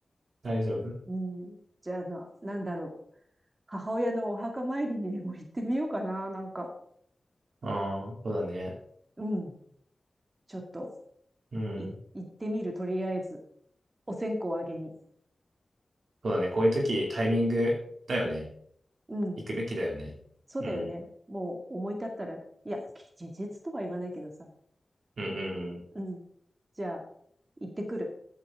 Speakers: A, on the right; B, on the right.
A: 大丈夫
B: うん。じゃあな、なんだろう。母親のお墓参りにでも行ってみようかな。なんか、
A: ああー、そうだね。
B: うん。ちょっと、
A: うん。
B: い、行ってみる。とりあえず、お線香をあげに。
A: そうだね。こういう時、タイミングだよね。
B: うん。
A: 行くべきだよね。
B: そうだよね。
A: うん。
B: もう思い立ったら、いや、事実とは言わないけどさ。
A: うんうんうん。
B: うん。じゃあ、行ってくる。